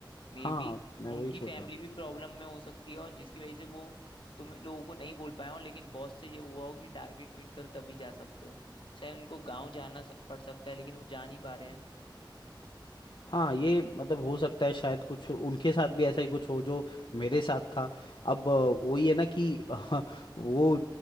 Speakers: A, on the left; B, on the left.
A: मे
B: हाँ
A: बी
B: मैं
A: उनकी
B: वही सोच
A: फैमिली
B: रहा हूँ
A: भी प्रॉब्लम में हो सकती है और जिसकी वजह से वो तुम लोगों को नहीं बोल पाए हो लेकिन बॉस से ये हुआ हो कि टारगेट मीट करो तभी जा सकते हो शायद उनको गांव जाना स- पड़ सकता है लेकिन वो जा नहीं पा रहे हैं
B: हाँ ये मतलब हो सकता है शायद कुछ उनके साथ भी ऐसा ही कुछ हो जो मेरे साथ था अब अ, वही है ना कि <laughs> वो